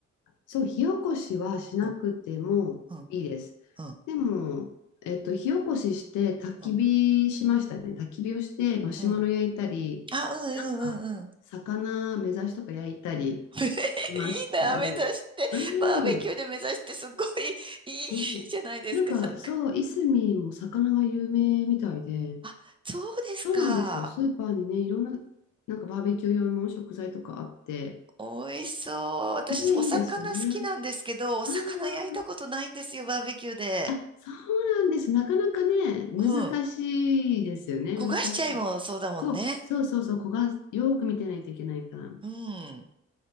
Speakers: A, on the left; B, on the right.
A: そう、火起こしはしなくてもいいです。
B: うん、うん、うん、
A: でも、えっと、火起こしして焚き火しましたね。
B: うん、
A: 焚き火をしてマシュマロ焼いたり、
B: うん。あ、うん、
A: なんか、
B: うん、うん、うん。
A: 魚目指しとか焼いたり
B: <laughs>
A: しましたね。
B: いいな、目指して。
A: うん、
B: バーベキューで目指して、すごいいい、いいじゃないですか、
A: うん。なんか、
B: <laughs> なんか。
A: そう、いすみも魚が有名みたいで、
B: あ、そうですか。
A: そうなんですよ。スーパーにね、いろんな、なんかバーベキュー用の食材とかあって、
B: 美味しそう。私、
A: ね、
B: お魚好きなんですけど、
A: いいですよね。
B: お魚焼いたことないんですよ、
A: ああ、
B: バーベキューで。
A: あ、そうなんです。なかなかね、難しいですよね。
B: うん。焦がしちゃいもそうだもんね。
A: 難しい。そう、そうそうそう、子がよく見てないといけないから。
B: うん。